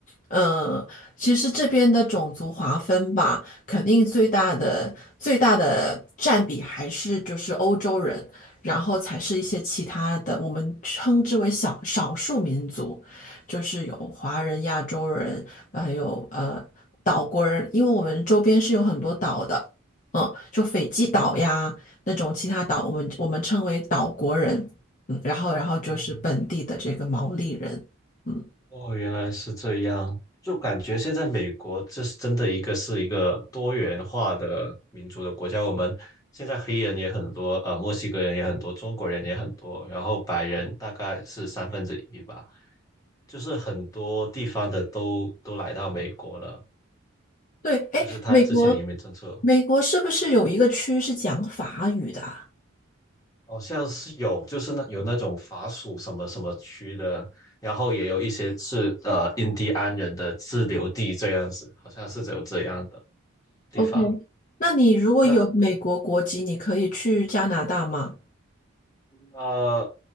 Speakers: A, on the left (about 35°); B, on the left (about 15°).
A: 呃，其实这边的种族划分吧，肯定最大的最大的占比还是就是欧洲人，然后才是一些其他的，我们称之为小少数民族，就是有华人、亚洲人，还有呃岛国人，因为我们周边是有很多岛的，嗯，就斐济岛呀那种其他岛，我们我们称为岛国人。嗯，然后然后就是本地的这个毛利人，
B: 哦，
A: 嗯，
B: 哦，原来是这样，就感觉现在美国这是真的一个是一个多元化的民族的国家。我们现在黑人也很多，呃，墨西哥人也很多，中国人也很多，然后白人大概是三分之一吧，就是很多地方的都都来到美国了。
A: 对，哎，
B: 就是他之前的移民政策
A: 美国美国是不是有一个区是讲法语的啊
B: 好像是有，就是那有那种法属什么什么区的，然后也有一些是呃印第安人的自留地这样子，好像是有这样的。地方。
A: ？OK，那你如果有美国国籍，
B: 那
A: 你可以去加拿大吗
B: 呃，